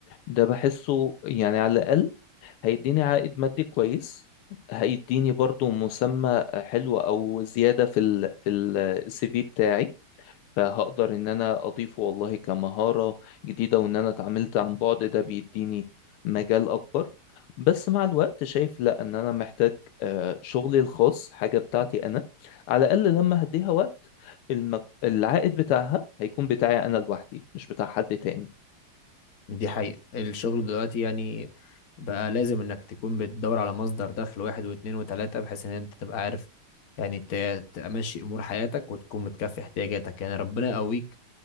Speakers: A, on the left; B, on the left.
A: ده بحسه يعني على الاقل هيديني عائد مادي كويس هيديني برضو مسمى حلو او زيادة في ال في السي في بتاعي فهقدر ان انا اضيفه والله كمهارة جديدة وان انا اتعاملت عن بعد ده بيديني مجال اكبر بس مع الوقت شايف لا ان انا محتاج آه، شغلي الخاص حاجة بتاعتي انا على الاقل لما هديها وقت المج... العائد بتاعها هيكون بتاعي انا لوحدي مش بتاع حد تاني
B: دي حقيقه الشغل دلوقتي يعني بقى لازم انك تكون بتدور على مصدر دخل واحد واثنين وثلاثه بحيث ان انت تبقى عارف يعني ت- تمشي امور حياتك وتكون متكفي احتياجاتك يعني ربنا يقويك